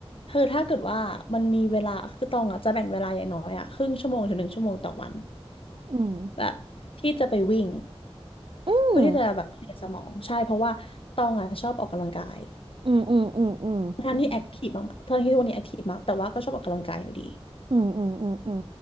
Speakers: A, on the left; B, on the right.
A: คือถ้าเกิดว่ามันมีเวลาคือตองอ่ะจะแบ่งเวลาอย่างน้อยอ่ะครึ่งชั่วโมงถึงหนึ่งชั่วโมงต่อวัน
B: อืม
A: แบบที่จะไปวิ่ง
B: อืม
A: เพื่อที่จะแบบเคลียร์สมองใช่เพราะว่าตองอ่ะชอบออกกำลังกาย
B: อืมอืมอืม
A: ทั้งที่แอคทีฟมากทั้งที่ทุกวันนี้แอคทีฟมากแต่ว่าก็ชอบออกกำลังกายอยู่ดี
B: อืมอืมอืมอืม